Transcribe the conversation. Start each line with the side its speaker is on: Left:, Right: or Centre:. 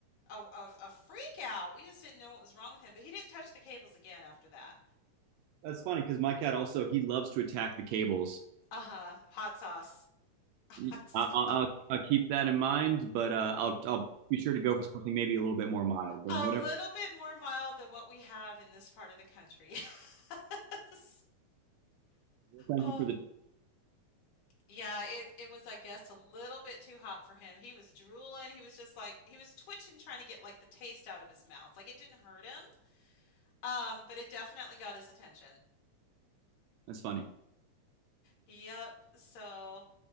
Left: a, a, a freak out. We just didn't know what was wrong with him, but he didn't touch the cables again after that.
Right: that's funny because my cat also he loves to attack the cables.
Left: Uh-huh. Hot sauce. <laughs> Hot
Right: I-
Left: sauce.
Right: I'll, I'll, I'll keep that in mind, but uh, I'll I'll be sure to go for something maybe a little bit more mild than
Left: A
Right: whatever.
Left: little bit more mild than what we have in this part of the country. <laughs> Yes.
Right: Thank
Left: Oh,
Right: you for the.
Left: yeah, it it was, I guess, a little bit too hot for him. He was drooling. He was just like he was twitching, trying to get like the taste out of his mouth. Like it didn't hurt him, um, but it definitely got his attention.
Right: That's funny.
Left: Yep. So